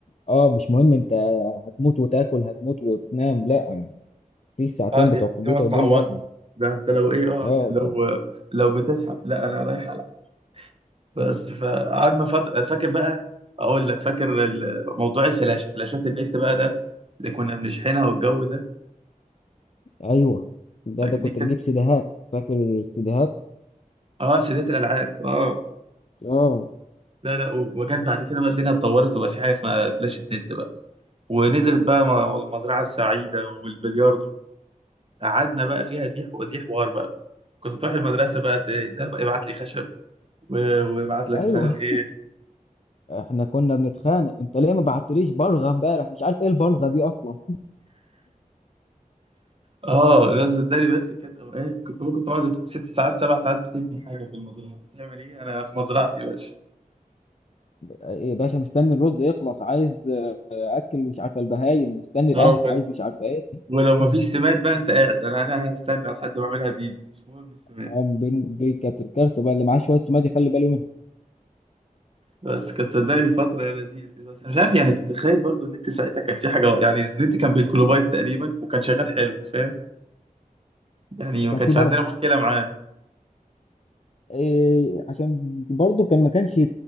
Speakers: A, on the left; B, on the right.
A: اه مش مهم انت هتموت وتاكل هتموت وتنام لا في الساعتين
B: اه دي
A: بتوع
B: دي
A: الكمبيوتر
B: ما تتعوضش
A: دول لا
B: ده انت لو ايه اه
A: اه
B: لو
A: طبعا
B: لو بتزحف لا انا رايح العب بس فقعدنا فتره فاكر بقى اقول لك فاكر ال- موضوع الفلاشه فلاشات النت بقى ده اللي كنا بنشحنها والجو ده
A: ايوه ده
B: فدي
A: ده كنت
B: كانت
A: بجيب سيديهات فاكر السيديهات
B: اه سيدات الالعاب اه
A: اه
B: لا لا و- وجت بعد كده بقى الدنيا اتطورت وبقى في حاجه اسمها فلاشه نت بقى ونزلت بقى م- المزرعه السعيده والبلياردو قعدنا بقى فيها ديح ودي حوار بقى كنت تروح المدرسه بقى ت- ده بقى يبعت لي خشب و- ويبعت لك
A: ايوه
B: مش عارف إيه.
A: احنا كنا بنتخانق انت ليه ما بعتليش بلغه امبارح مش عارف ايه البلغه دي اصلا
B: اه ده صدقني بس كانت اوقات كنت ممكن تقعد ست ساعات سبع ساعات بتبني حاجه في المزرعه طب بتعمل ايه انا في مزرعتي يا باشا
A: إيه، يا باشا مستني الرز يخلص عايز آه، اكل مش عارفه البهايم مستني القمح
B: اه وال-
A: عايز مش عارفه ايه
B: ولو مفيش
A: <laughs>
B: سماد بقى انت قاعد انا انا هستنى لحد ما اعملها بايدي مش مهم السماد
A: آه، بن- دي كانت الكارثه بقى اللي معاه شويه سماد يخلي باله منه
B: بس كانت صدقني فتره لذيذه بس أنا مش عارف يعني انت متخيل برضو ان انت ساعتها كان في حاجه يعني النت كان بالكيلوبايت تقريبا وكان شغال حلو فاهم يعني ما
A: كان
B: كانش
A: في بركه
B: عندنا مشكله معاه
A: إيه عشان برضو كان ما كانش